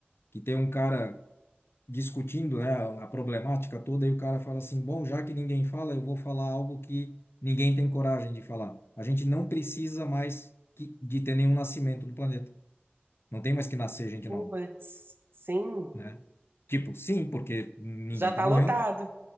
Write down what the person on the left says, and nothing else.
que tem um cara discutindo, né, a problemática toda, e o cara fala assim: bom, já que ninguém fala, eu vou falar algo que ninguém tem coragem de falar. A gente não precisa mais que, de ter nenhum nascimento no planeta. Não tem mais que nascer gente
nova,
né? Tipo, sim, porque ninguém
tá morrendo,